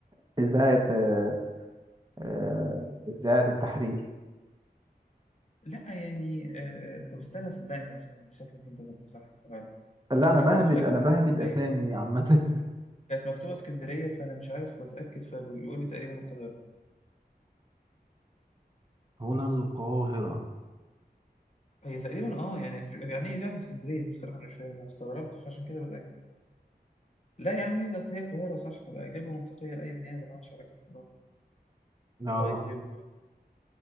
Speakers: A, on the right; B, on the left.
A: إذاعة آه، آه، إذاعة التحرير
B: لا يعني آه، طب استنى صدقني عشان شكلك أنت كنت صح القاهرة
A: لا
B: أصل
A: أنا
B: كانت
A: بهبد
B: مكتوبة إجابة
A: أنا بهبد
B: اسكندرية
A: أسامي عامة
B: كانت مكتوبة اسكندرية فأنا مش عارف بتأكد فبيقول لي تقريبا القاهرة
A: هنا القاهرة
B: هي تقريبا أه يعني يعني إيه إذاعة اسكندرية دي بصراحة أنا مش فاهم أنا استغربت فعشان كده بتأكد لا يا عم هي بس هي القاهرة صح ده إجابة منطقية لأي بني آدم مالهاش علاقة بالقاهرة
A: اه
B: طيب